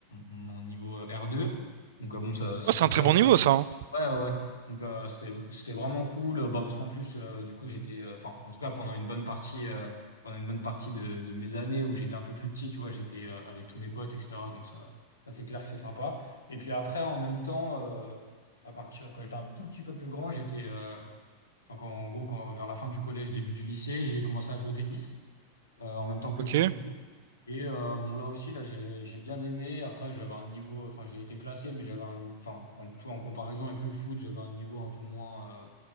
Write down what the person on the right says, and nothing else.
Oh, c'est
un très
bon
niveau, ça. hein.
Ok.